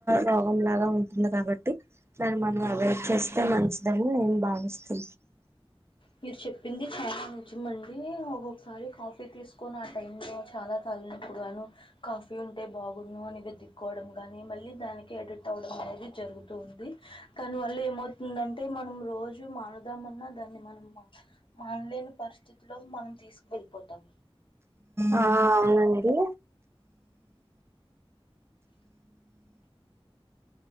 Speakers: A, on the right (about 25°); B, on the left (about 60°).
A: రోగంలాగా ఉంటుంది గా బట్టి దాని మనం అవైడ్ చేస్తే మంచిదని నేను భావిస్తు
B: మీరు చెప్పింది చాలా నుంచి మండీ ఒక్కోక్సారి కాఫీ తీసుకొని ఆ టై లో చాలా తలినొప్పుగాను కాఫీ బీ ఉంటే బాగున్ను అని వెతిక్కోవడం గాని మళ్ళీ దాని కి ఎడిట్ అవడం అనేది జరుగుతూ ఉంది కాని వల్ల ఏమవుతుందన్ టే మనం రోజూ మానుదాం అన్నా దాన్ని మనం మానలేని పరిస్థితిలో మనం తీసుకెళ్ళిపోతాం
A: ఆ అవునండి